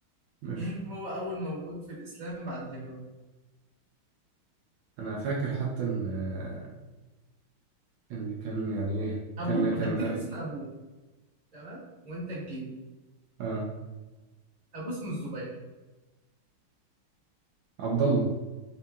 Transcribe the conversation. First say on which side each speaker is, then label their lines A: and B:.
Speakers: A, on the right; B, on the right.
A: ماشي
B: مين هو أول مولود في الإسلام بعد الهجرة؟
A: أنا فاكر حتى إن آه، إن كان يعني إيه
B: أبوه
A: كان كان
B: هديك
A: آه
B: اسم أبوه تمام وأنت تجيبه
A: آه،
B: أبوه اسمه الزبير
A: عبد الله